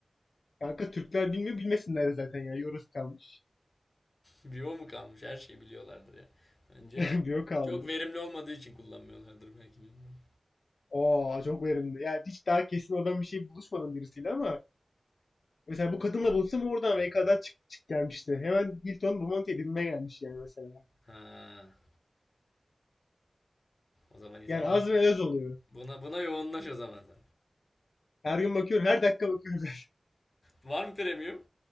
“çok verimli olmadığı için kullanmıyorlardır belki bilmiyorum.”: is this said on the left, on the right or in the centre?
Left